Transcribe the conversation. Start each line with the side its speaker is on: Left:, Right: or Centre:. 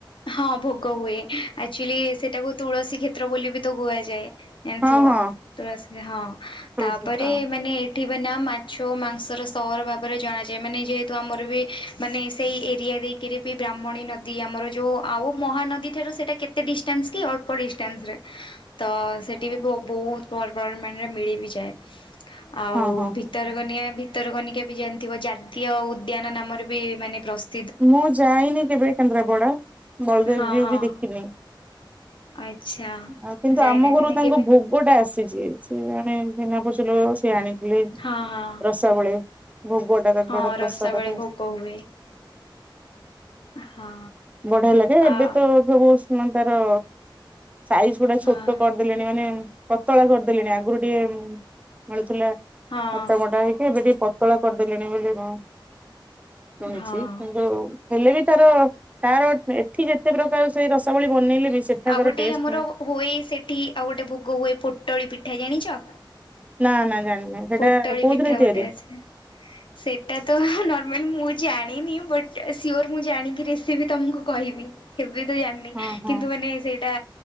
Left: ହଁ ଭୋଗ ହୁଏ ଆକ୍ଚୁଆଲି ସେଟାକୁ ତୁଳସୀ କ୍ଷେତ୍ର ବୋଲି ବି ତ କୁହାଯାଏ। ଏମିତିଥିବ
Right: ହଁ ହଁ
Left: ତୁଳସୀରେ ହଁ
Right: ତୁଳସୀ
Left: ତାପରେ
Right: ପତ୍ର
Left: ମାନେ ଉଠିବେ ନା ମାଛ ମାଂସର ସହର ଭାବରେ ଜଣାଯାଏ ମାନେ ଯେହେତ ତ ଆମର ବି ମାନେ ସେଇ ଏରିଆ ଦେଇକିରି ବି ବ୍ରାହ୍ମଣୀ ନଦୀ ଆମର ଯେଉଁ ଆଉ ମହାନଦୀ ଠାରୁ ସେଇଟା କେତେ ଡିଷ୍ଟାନ୍ସ କି ଅଳ୍ପ ଡିଷ୍ଟାନ୍ସ ରେ। ତ ସେଠି ବି ବହୁତ ପରିମାଣରେ ମାନେ ମିଳି ବି ଯାଏ ଆଉ
Right: ହଁ ହଁ
Left: ଭିତରକନିକା ଭିତରକନିକା ବି ଜାଣିଥିବ ଜାତୀୟ ଉଦ୍ୟାନ ନାମରେ ବି ମାନେ ପ୍ରସ୍ତୁ
Right: ମୁଁ ଯାଇନି କେବେ କେନ୍ଦ୍ରାପଡା ବଳଦେବଜୀଉ
Left: ହଁ ହଁ।
Right: ବି ଦେଖିନି।
Left: ଆଚ୍ଛା।
Right: ଆଉ କିନ୍ତୁ
Left: ଯାଇନାହାନ୍ତି
Right: ଆମ ଘରୁ
Left: ନାଇଁ
Right: ତାଙ୍କୁ
Left: କେବେ?
Right: ଭ ଭୋଗଟା ଆସିଛି ସିଏ ଜଣେ ଚିହ୍ନା ପରିଛ ଲୋକ ସିଏ ଆଣିଥିଲେ
Left: ହଁ ହଁ
Right: ରସ ସାବଳି ଭୋଗଟା ତାଙ୍କର
Left: ହଁ
Right: ପ୍ରସାଦ
Left: ରସାବଳି
Right: ହୁଁ
Left: ଭୋଗ ହୁଏ। ହଁ
Right: ବଢିଆ ଲାଗେ ଏବେ
Left: ଆ
Right: ତ ସବୁ ତାର ସାଇଜ ଗୁଡା
Left: ହଁ
Right: ଛୋଟ କରିଦେଲେଣି ମାନେ ପତଳା କରିଦେଲେଣି ଆଗରୁ ଟିକେ ମିଳୁଥିଲା
Left: ହଁ
Right: ମୋଟା ମୋଟା ହେଇକି ଏବେ ଟିକେ ପତଳା କରିଦେଲିଣି ବୋଲି ମୁଁ ଶୁଣିଛି
Left: ହଁ।
Right: କିନ୍ତୁ ହେଲେ ବି ତାର ତାର ଏଠି ଯେତେ ପ୍ରକାର ସେ ରସାବଳି ବନେଇଲେ ବି ସେଠାକାର
Left: ଆଉ ଗୋଟେ
Right: ଟେଷ୍ଟ
Left: ଆମର ହୁଏ ସେଠି ଆଉ ଗୋଟେ ଭୋଗ ହୁଏ ପୋଟଳି ପିଠା ଜାଣିଛ?
Right: ନା ନା ଜାଣିନି ସେଟା
Left: ପୋଟଳି
Right: କୋଉଥିରେ
Left: ପିଠା
Right: ତିଆରି
Left: ଗୋଟେ ଅଛି। ସେଇଟା ତ ନର୍ମାଲି ମୁଁ ଜାଣିନି ବଟ୍ ସିଓର୍ ମୁଁ ଜାଣିକି ରେସିପି ତମକୁ କହିବି। କେବେତ ଜାଣିନି
Right: ହଁ ହଁ।
Left: କିନ୍ତୁ ମାନେ ସେଇଟା